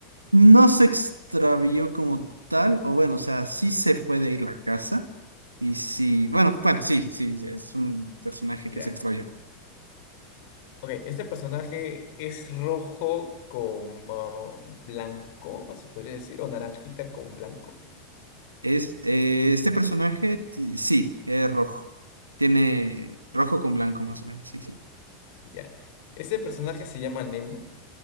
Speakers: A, on the right; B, on the left.
A: No se extravió como tal, o bueno, o sea, sí se fue de la casa. Y sí, bueno, bueno, sí, sí, sí, es un personaje
B: Ya.
A: que se extravió.
B: Ok, este personaje es rojo con ah, blanco, se podría decir, o naranjita con blanco.
A: Es, eh, este personaje, ti- sí, es rojo. Tiene rojo con blanco, más o menos, sí, sí.
B: Ya. Este personaje se llama Nemo.